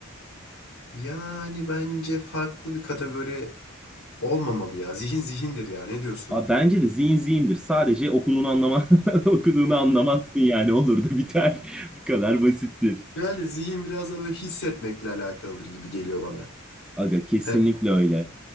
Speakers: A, on the left (about 75°); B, in the centre.
A: Yani bence farklı bir kategori olmamalı ya. Zihin zihindir ya. Ne diyorsun?
B: Abi bence de zihin zihindir. Sadece okuduğunu anlama <laughs> okuduğunu anlamazsın yani olur da biter. <laughs> Bu kadar basittir.
A: Yani zihin biraz da böyle hissetmekle alakalıdır gibi geliyor bana.
B: Aga kesinlikle
A: Hani,
B: öyle.